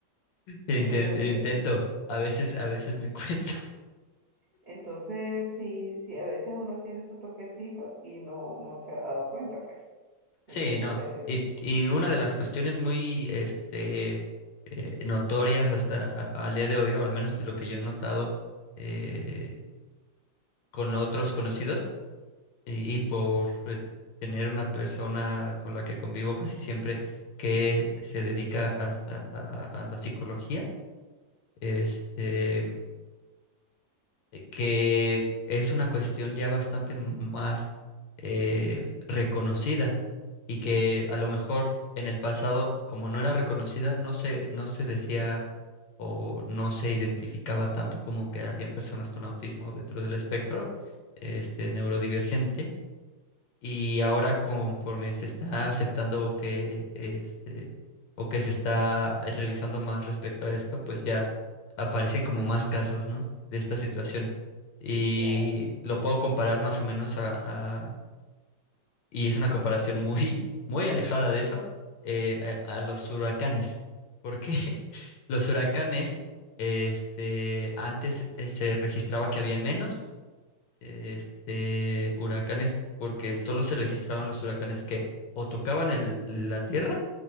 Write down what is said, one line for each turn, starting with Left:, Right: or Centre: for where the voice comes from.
Left: Inten-
Right: Entonces,
Left: intento, a veces, a veces me <laughs> cuesta.
Right: entonces sí, sí, a veces uno tiene su toquecito y no, no se ha dado cuenta, pues.
Left: Sí,
Right: Entonces,
Left: no. Y, y una de las cuestiones muy este, eh, notorias hasta a- al día de hoy, o al menos de lo que yo he notado eh, con otros conocidos, y, y por eh, tener una persona con la que convivo casi siempre que se dedica a, a- a- a la psicología, este. eh, que es una cuestión ya bastante más eh, reconocida y que a lo mejor en el pasado, como no era reconocida, no se, no se decía o no se identificaba tanto como que había personas con autismo dentro del espectro este, neurodivergente y ahora conforme se está aceptando que este o que se está revisando más respecto a esto, pues ya aparecen como más casos, ¿no? de esta situación. Y
Right: claro.
Left: lo puedo comparar más o menos a, a- y es una comparación muy <laughs> muy alejada de eso eh, a, a los huracanes, porque <laughs> los huracanes este antes eh, se registraba que habían menos este, huracanes porque solo se registraban los huracanes que o tocaban el- la tierra